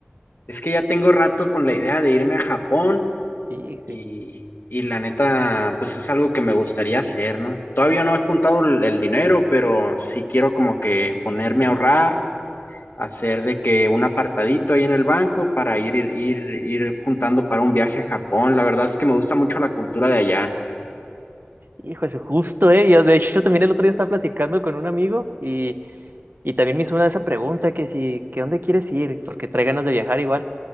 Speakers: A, on the left; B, on the right.
A: Es que ya tengo rato con la idea de irme a Japón
B: Hijo,
A: y, y la neta, pues es algo que me gustaría hacer, ¿no? Todavía no he juntado el, el dinero, pero sí quiero como que ponerme a ahorrar, hacer de que un apartadito ahí en el banco para ir, ir, ir, ir juntando para un viaje a Japón. La verdad es que me gusta mucho la cultura de allá.
B: hijo, eso justo, ¿eh? Yo, de hecho, también el otro día estaba platicando con un amigo y, y también me hizo una de esa pregunta que si, que dónde quieres ir, porque trae ganas de viajar igual.